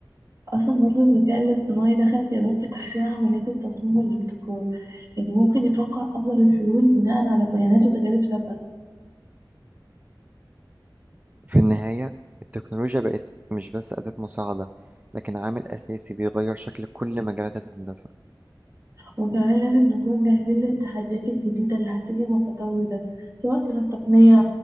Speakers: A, on the right; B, on the right.
A: أصلا برضو الذكاء الاصطناعي دخل كمان في تحسين عمليات التصميم والابتكار يعني ممكن يتوقع أفضل الحلول بناء على بيانات وتجارب سابقة
B: في النهاية التكنولوجيا بقت مش بس أداة مساعدة لكن عامل أساسي بيغير شكل كل مجالات الهندسة
A: وكمان لازم نكون جاهزين للتحديات الجديدة اللي هتيجي مع التطور ده سواء كانت تقنية